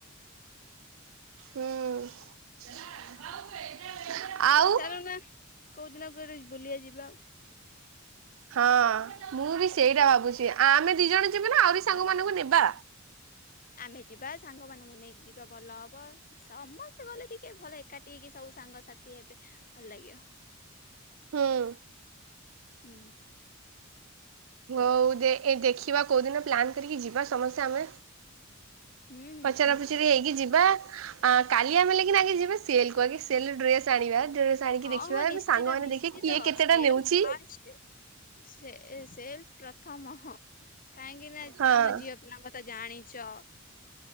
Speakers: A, on the right; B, on the left.
A: ହୁଁ ଆଉ
B: ଚାଲୁନ କୋଉଦିନ କୁଆଡେ ବୁଲିିବା ଯିବା
A: ହଁ ମୁଁ ବି ସେଇଟା ଭାବୁଛି ଆମେ ଦି ଜଣ ଜିମା ନା ଆହୁରି ସାଙ୍ଗ ମାନଙ୍କୁ ନେବା
B: ଆମେ ଯିବା ସାଙ୍ଗମାନଙ୍କୁ ନେଇକି ଭଲ ହବ ସମ ଲେ ଟିକେ ଭଲ ଏକାଠି ହେକି ସବୁ ସାଙ୍ଗସାଥି ହେବେ ଭଲ ଲାଗିବ।
A: ହୁଁ
B: ହୁଁ।
A: ହଉ ଦେଖିବା ଏ କୋଉଦିନ ପ୍ଲାନ୍ କରିକି ଯିବା ସମସ୍ତେ ଆମେ।
B: ହୁଁ ହୁଁ
A: ପଚରା
B: ନିଶ୍ଚିତ
A: ପଚୁରୀ ହେଇକି
B: କର
A: ଯିବା। ଆ କାଲି ଆମେଲିକିନ ଆଗେ ଯିବା ସେଲ୍କୁ ଆଗେ ସେଲ୍ ରେ ଡ୍ରେସ ଆଣିବା। ଡ୍ରେସ୍ ଆଣିକି
B: ହଁ
A: ଦେଖି ଖିବା
B: ହଁ ନିଶ୍ଚିତ
A: ସାଙ୍ଗମାନେ
B: ନିଶ୍ଚିତ
A: ଦେଖିବା କିଏ କେତେଟା
B: ସେଲ
A: ନେଉଛି
B: ଫାଷ୍ଟ ସେଲ ପ୍ରଥମ। ହଁ କାହିଁକି ନା
A: ହଁ
B: ଆମ ଝିଅ ପିଲା ମ ତେ ଜାଣିଚ। ଚ।